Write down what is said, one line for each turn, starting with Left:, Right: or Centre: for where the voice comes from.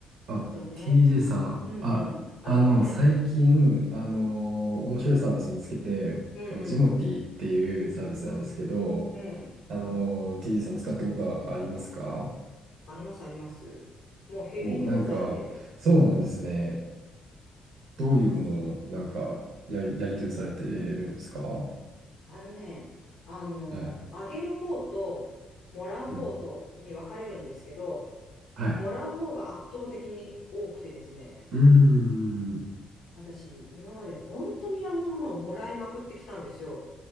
Right: あ、
Left: えっとね、
Right: TJ さん。
Left: うんうん。
Right: あ、
Left: あ、
Right: あの、
Left: ごめんね。
Right: 最近、
Left: うん。
Right: あのー面白いサービス見つけて、
Left: うん
Right: あの、ジモティっていうサービスなんですけど、
Left: うん。うん。
Right: あのー、TJ さん使ったことはありますか
Left: あります、あります。もうヘビーユーザーで、
Right: お、なんか、そうなんですね。どういうものを、なんか、やり、やり取りされてるんですかは
Left: あのね、あの、
Right: い。
Left: あげる方と、もらう方とに分かれるんですけど、
Right: うん。はい。
Left: もらう方が圧倒的に多くてですね、
Right: うーん。
Left: 私、今まで本当にいろんなものをもらいまくってきたんですよ。